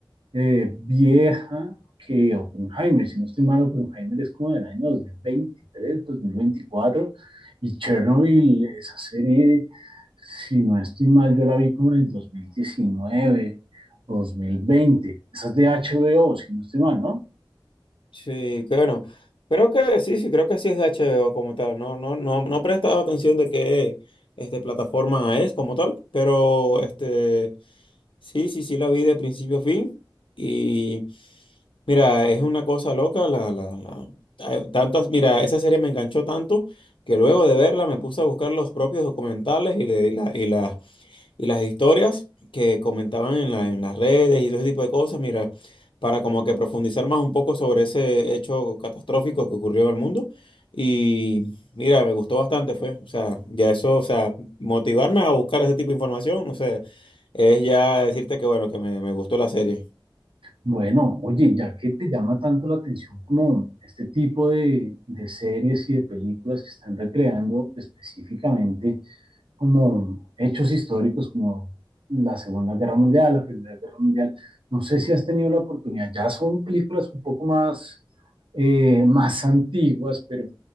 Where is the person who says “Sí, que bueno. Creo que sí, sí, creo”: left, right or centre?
Left